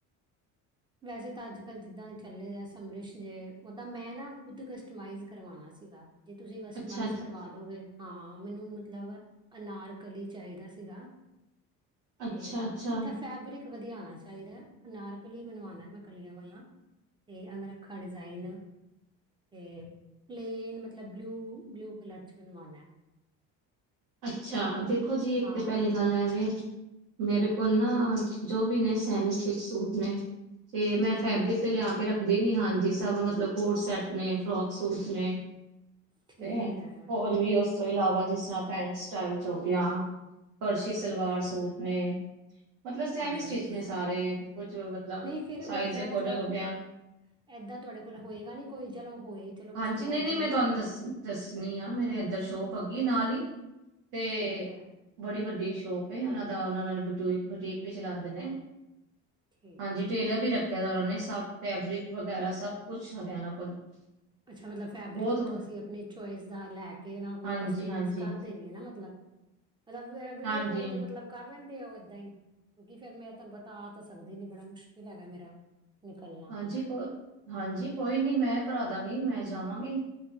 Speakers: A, on the right; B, on the right.
A: ਵੈਸੇ ਤਾਂ ਅੱਜ ਕੱਲ ਜਿੱਦਾਂ ਦੇ ਚੱਲੇ ਆ ਸਮਰਿਸ਼ ਜੇ ਓਦਾਂ ਮੈਂ ਨਾ ਖੁੱਦ ਕਸਟਮਾਈਜ਼ ਕਰਵਾਉਣਾ ਸੀਗਾ ਜੇ ਤੁਸੀਂ ਕਸਟਮਾਈਜ਼
B: ਅੱਛਾ ਜੀ,
A: ਕਰਵਾ ਦੋਗੇ ਹਾਂ ਮੈਨੂੰ ਮਤਲਬ ਅਨਾਰਕਲੀ ਚਾਹੀਦਾ ਸੀਗਾ ਤੇ
B: ਅੱਛਾ ਅੱਛਾ
A: ਮਤਲਬ ਫੈਬਰਿਕ ਵਧੀਆ ਹੋਣਾ ਚਾਹੀਦਾ ਅਨਾਰਕਲੀ ਬਣਵਾ। ਮੈਂ ਕਲੀਆਂ ਵਾਲਾ ਤੇ ਅੰਗਰੱਖਾ ਡਿਜ਼ਾਇਨ ਅਤੇ ਪਲੇਨ ਮਤਲਬ ਬਲਿਊ ਬਲਿਊ ਕਲਰ 'ਚ ਬਣਵਾਉਣਾ
B: ਅੱਛਾ ਦੇਖੋ ਜੀ ਇੱਕ
A: ਹਾਂ,
B: ਤੇ ਪਹਿਲੇ ਗੱਲ ਐਵੇ ਮੇਰੇ ਕੋਲ ਨਾ ਜੋ ਵੀ ਨੇ ਸੈਮੀ ਸਟਿਚ ਸੂਟ ਨੇ ਤੇ ਮੈਂ ਫੈਬਰਿਕ
A: ਠੀਕ
B: ਤੇ
A: ਹੈ,
B: ਲਿਆ ਕੇ ਰੱਖਦੀ ਨੀ ਹਾਂ ਜੀ ਸਭ ਮਤਲਬ ਕੋਟ ਸੈਟ ਨੇ ਫਰੋਕ ਸੂਟ ਨੇ
A: ਠੀਕ
B: ਤੇ
A: ਹੈ,
B: ਹੋਰ ਵੀ ਉਸ ਤੋਂ ਇਲਾਵਾ ਜਿਸ ਤਰ੍ਹਾਂ ਪੈਂਟ ਸਟਾਈਲ ਚ ਹੋ ਗਿਆ ਫਰਸ਼ੀ ਸਲਵਾਰ
A: ਠੀਕ ਹੈ, ਠੀਕ
B: ਸੂਟ
A: ਹੈ,
B: ਨੇ ਮਤਲਬ ਸੈਮ
A: ਹਾਂਜੀ।
B: ਹੀ ਸਟਿਚ ਨੇ ਸਾਰੇ ਕੁਛ ਮਤਲਬ
A: ਨਹੀਂ ਫਿਰ
B: ਸਾਈਜ਼
A: ਏਦਾਂ
B: ਅਕੋਡਿੰਗ
A: ਮਤਲਬ
B: ਹੋ ਗਿਆ।
A: ਏਦਾਂ ਤੁਹਾਡੇ ਕੋਲ ਹੋਏਗਾ ਨੀ ਕੋਈ ਚਲੋ ਹੋਏ। ਚਲੋ ਕਸਟਮਾਈਜ਼
B: ਹਾਂਜੀ, ਨਹੀਂ-ਨਹੀਂ
A: ਦਾ
B: ਮੈਂ
A: ਨਹੀਂ
B: ਤੁਹਾਨੂੰ
A: ਤੁਸੀਂ
B: ਦੱਸ ਨੀਆ, ਮੇਰੇ ਇੱਦਰ ਸ਼ੋਪ ਹੈਗੀ ਐ ਨਾਲ ਹੀ, ਤੇ
A: ਠੀਕ ਹੈ
B: ਬੜੀ ਵੱਡੀ ਸ਼ੋਪ ਏ ਉਹਨਾਂ ਦਾ, ਓਹ ਨਾ ਨਾਲੇ ਬੁਟੀਕ-ਬੁਟੀਕ ਵੀ ਚਲਾਂਦੇ ਨੇ।
A: ਠੀਕ
B: ਹਾਂਜੀ!
A: ਹੈ
B: ਟੇਲਰ ਵੀ ਰੱਖਿਆ ਹੋਇਆ ਓਹਨਾ ਨੇਂ, ਸਭ ਫੈਬਰਿਕ ਵਗੈਰਾ, ਸਭ ਕੁਛ <unintelligible>
A: ਅੱਛਾ ਮਤਲਬ ਫੈਬਰਿਕ
B: ਬਹੁਤ
A: ਉੱਥੋਂ ਅਸੀ ਆਪਣੀ ਚੋਇਸ ਦਾ ਲੈ ਕੇ ਓਹਨਾਂ ਕੋਲ,
B: ਹਾਂਜੀ
A: ਕਸਟਮਾਈਜ਼
B: ਹਾਂਜੀ
A: ਕਰ ਦੇਨਗੇ ਨਾ ਮਤਲਬ। ਐ ਵੀਡੀਓ
B: ਹਾਂਜੀ
A: ਕਾਲ ਤੇ ਮਤਲਬ ਕਰ ਲੈਂਦੇ ਆ ਉਹ ਏਦਾਂ ਈ। ਕਿਉਂਕਿ ਫੇਰ ਮੈਂ ਤੁਹਾਨੂੰ ਪਤਾ ਆ ਤਾਂ ਸਕਦੀ ਨੀ ਬੜਾ ਮੁਸ਼ਕਿਲ ਹੈਗਾ ਮੇਰਾ ਨਿਕਲਣਾ।
B: ਹਾਂਜੀ, ਕੋ ਹਾਂਜੀ ਕੋਈ ਨੀ ਮੈਂ ਕਰਾ ਦਾਂਗੀ ਮੈਂ ਜਾਵਾਂਗੀ।